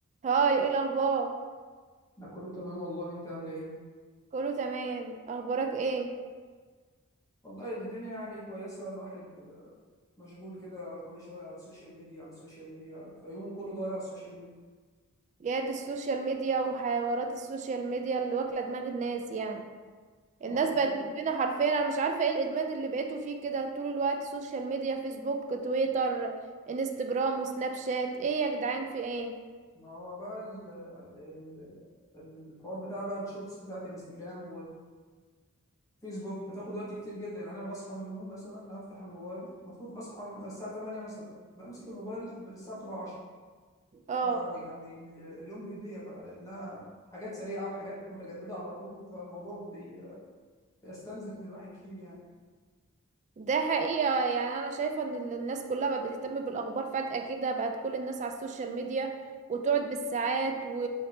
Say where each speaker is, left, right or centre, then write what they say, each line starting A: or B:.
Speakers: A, on the right (about 35°); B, on the left (about 15°).
A: هاي ايه الاخبار
B: انا كله تمام والله انت عامله ايه
A: كله تمام اخبارك ايه
B: والله الدنيا يعني كويسه الواحد مشغول كده كل شويه على السوشيال ميديا على السوشيال ميديا فيومه كله ضايع على السوشيال ميديا
A: يا دي السوشيال ميديا وحوارات السوشيال ميديا اللي واكله دماغ الناس يعني
B: اه
A: الناس بقت
B: كل
A: مدمنه حرفيا انا مش عارفه ايه الادمان اللي بقيتوا فيه كده طول الوقت سوشيال ميديا فيسبوك تويتر انستجرام وسناب شات ايه يا جدعان في ايه
B: ما هو بقى ال... ال... ال- الحوار بتاع بقى الشورتس بتاعت انستجرام والفيسبوك بتاخد وقت كتير جدا يعني انا بصحى من النوم مثلا افتح الموبايل المفروض بصحى الساعه 8 مثلا بمسك الموبايل الساعه بتبقى 10
A: اه
B: فيعني ال- اليوم بيضيع بقى لانها حاجات سريعه وحاجات متجدده على طول فالموضوع بي... بيستنزف من الواحد كتير يعني
A: ده حقيقة يعني أنا شايفة إن ال- الناس كلها بقت بتهتم بالأخبار فجأة كده بقت كل الناس على السوشيال ميديا وتقعد بالساعات و...